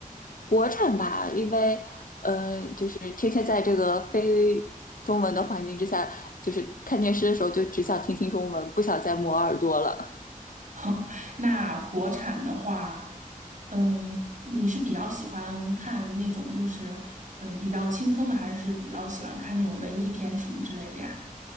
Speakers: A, on the left (about 75°); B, on the right (about 65°).
A: 国产吧，因为呃，就是天天在这个非中文的环境之下，就是看电视的时候就只想听听中文，不想再磨耳朵了。
B: <laughs> 那国产的话，嗯、你是比较喜欢看那种就是嗯、呃比较轻松的，还是比较喜欢看那种文艺片什么之类的呀？